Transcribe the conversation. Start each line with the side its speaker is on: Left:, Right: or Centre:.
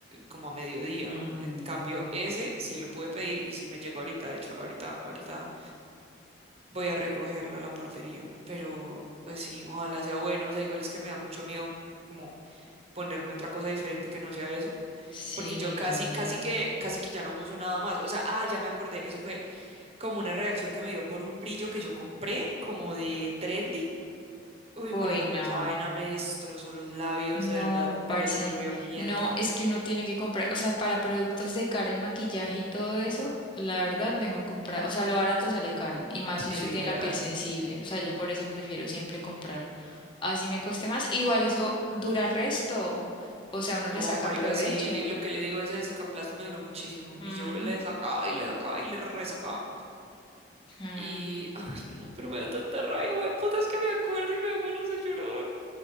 Right: como a mediodía.
Left: Mm,
Right: En cambio, ese sí lo pude pedir y sí me llegó ahorita. De hecho, ahorita, ahorita voy a recogerlo a la portería. Pero, pues sí, ojalá sea bueno. O sea, igual es que me da mucho miedo como ponerme otra cosa diferente que no sea eso.
Left: sí,
Right: Porque yo casi,
Left: obvio.
Right: casi que, casi que ya no uso nada más. O sea, ah, ya me acordé. Eso fue como una reacción que me dio por un brillo que yo compré, como de trendy. Uy,
Left: Uy,
Right: marica,
Left: no.
Right: pero esa vaina me destrozó los labios,
Left: No,
Right: de verdad. Me
Left: parce,
Right: los volvió mierda.
Left: no, es que uno tiene que comprar, o sea, para productos de cara y maquillaje y todo eso, la verdad, mejor comprar, o sea, lo barato sale caro, y más si
Right: Sí,
Left: usted
Right: literal.
Left: tiene la piel sensible, o sea, yo por eso prefiero siempre comprar, así me cueste más, igual eso dura resto, o sea, uno
Right: No,
Left: le saca
Right: marica,
Left: provecho.
Right: sí, lo que le digo a ese Cicaplast me duró muchísimo.
Left: Mm,
Right: Y yo le sacaba y le sacaba y le resacaba.
Left: mm.
Right: Y, <laughs> ay, no, pero me da tanta rabia, güey, puta, es que me acuerdo y me dan ganas de llorar.